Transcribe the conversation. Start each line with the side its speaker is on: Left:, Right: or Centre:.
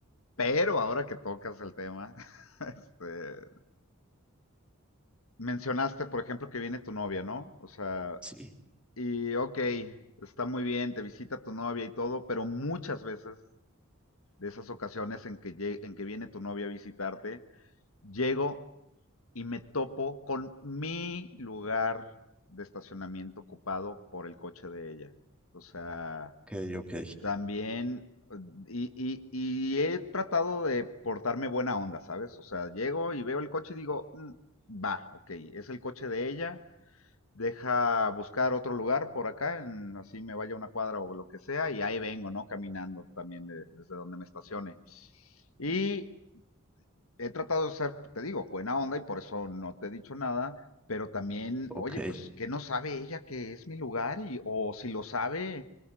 Left: Pero ahora que tocas el tema, <laughs> este, mencionaste, por ejemplo, que viene tu novia, ¿no? O sea,
Centre: sí,
Left: y ok, está muy bien, te visita tu novia y todo, pero muchas veces de esas ocasiones en que, lle- en que viene tu novia a visitarte, llego y me topo con mi lugar de estacionamiento ocupado por el coche de ella. O sea,
Centre: ok, ok,
Left: También, y, y, y he tratado de portarme buena onda, ¿sabes? O sea, llego y veo el coche y digo, "Mm, va, ok, es el coche de ella, deja buscar otro lugar por acá, en- así me vaya una cuadra o lo que sea, y ahí vengo, ¿no? Caminando también de- desde donde me estacione. Y he tratado de ser, te digo, buena onda y por eso no te he dicho nada, pero también,
Centre: ok,
Left: oye, pues, ¿qué no sabe ella que es mi lugar? Y, o si lo sabe,